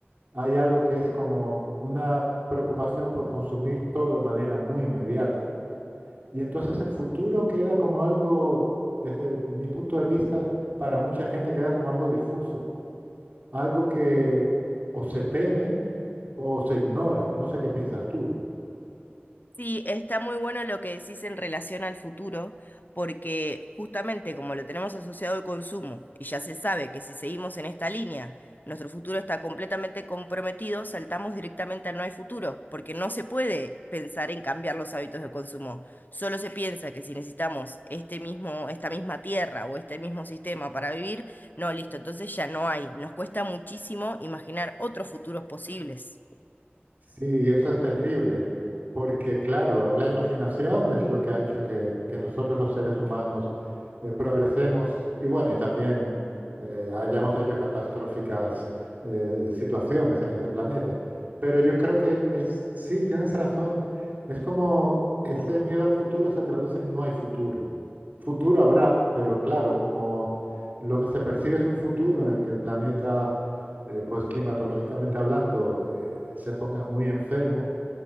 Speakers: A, on the right; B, on the left.
A: hay algo que es como una preocupación por consumir todo de manera muy inmediata. Y entonces el futuro queda como algo, desde mi punto de vista, para mucha gente queda como algo difuso, algo que o se teme o se ignora. No sé qué piensas tú.
B: Sí, está muy bueno lo que decís en relación al futuro, porque justamente como lo tenemos asociado al consumo y ya se sabe que si seguimos en esta línea, nuestro futuro está completamente comprometido, saltamos directamente al no hay futuro, porque no se puede pensar en cambiar los hábitos de consumo. Solo se piensa que si necesitamos este mismo, esta misma tierra o este mismo sistema para vivir, no, listo, entonces ya no hay. Nos cuesta muchísimo imaginar otros futuros posibles.
A: Sí, eso es terrible, porque claro, la imaginación es lo que ha hecho que, que nosotros los seres humanos eh, progresemos y bueno, y también eh, hayamos hecho catastróficas eh, situaciones en este planeta. Pero yo creo que es, sí, tienes razón, es como ese miedo al futuro se traduce en no hay futuro. Futuro habrá, pero claro, como lo que se percibe es un futuro en el que el planeta, eh, pues climatológicamente hablando, eh, se ponga muy enfermo,